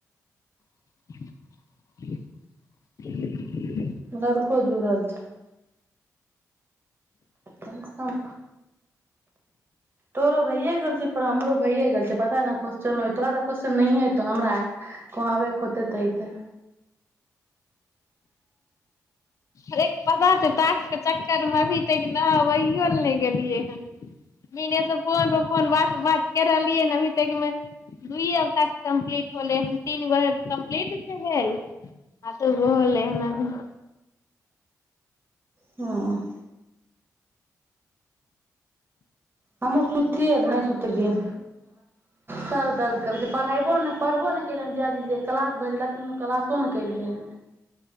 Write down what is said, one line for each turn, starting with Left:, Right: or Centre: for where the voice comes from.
Left: <unintelligible>
Right: लड़को जुड़ल छै कम से कम तोरो भये गेल छै थोड़ा हमरो भये गेल छै पता नहि क्वेश्चनो एते तोरा त आब क्वेश्चन नहियै एतो हमरा आए कहूँ आबै के होतै त एतेए
Left: हरे क पता छौ टास्क के चक्कर मे अभी तक नहबै ला नहि गेलिए हन दिने स फोन पर भट भट कर रहलिए हन अभी तक मे दूये गो टास्क कम्प्लीट होले हन तीन गो हेय कम्प्लीट भेल आ दूगो होलेहन अभी
Right: हँ हूँ सूतीय रह नै सुतलिए सर दर्द करै छे पढ़ाईबो न पढ़बो नै केलिए हन जीजी जी जे क्लास भेजलखिन ओ क्लासो नहि केलिए हन